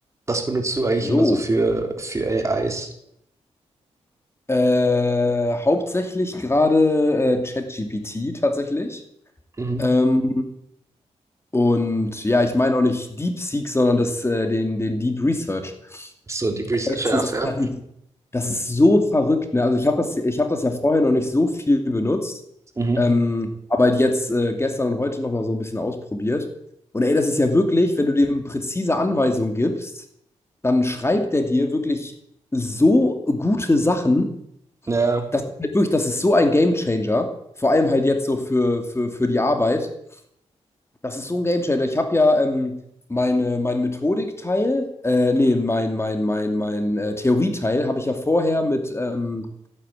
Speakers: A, on the right; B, on the left.
A: Was benutzt du eigentlich
B: So,
A: immer so für für AIs?
B: äh, hauptsächlich gerade äh, ChatGPT tatsächlich.
A: Mhm.
B: Ähm, und ja, ich meine auch nicht DeepSeek, sondern das, äh, den, den Deep Research.
A: So Deep Research,
B: Das
A: ja,
B: ist,
A: fair.
B: das ist, das ist so verrückt, ne? Also ich habe das, ich habe das ja vorher noch nicht so viel benutzt,
A: Mhm.
B: ähm, aber halt jetzt äh, gestern und heute nochmal so ein bisschen ausprobiert. Und ey, das ist ja wirklich, wenn du dem präzise Anweisungen gibst, dann schreibt er dir wirklich so gute Sachen.
A: Ja,
B: Das ist halt wirklich, das ist so ein Gamechanger. Vor allem halt jetzt so für, für, für die Arbeit. Das ist so ein Gamechanger. Ich habe ja ähm, meine, mein Methodikteil, äh, nee, mein, mein, mein, mein äh, Theorieteil habe ich ja vorher mit, ähm,